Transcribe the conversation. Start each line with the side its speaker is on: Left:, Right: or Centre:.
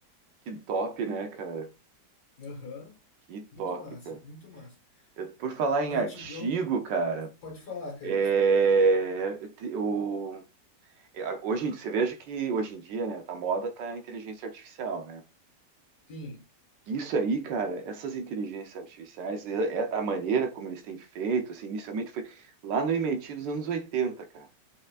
Right: Que top, né, cara?
Left: Aham.
Right: Que
Left: Muito
Right: top,
Left: massa,
Right: cara.
Left: muito massa.
Right: Eu- Por falar
Left: Um
Right: em
Left: artigão,
Right: artigo, cara,
Left: pode falar, cara.
Right: é, eu te- o É, a- Hoje, você veja que hoje em dia, né, tá moda tá a inteligência artificial, né?
Left: Sim.
Right: Isso aí, cara, essas inteligências artificiais, é- é a maneira como eles têm feito, assim, inicialmente foi lá no MIT dos anos 80, cara.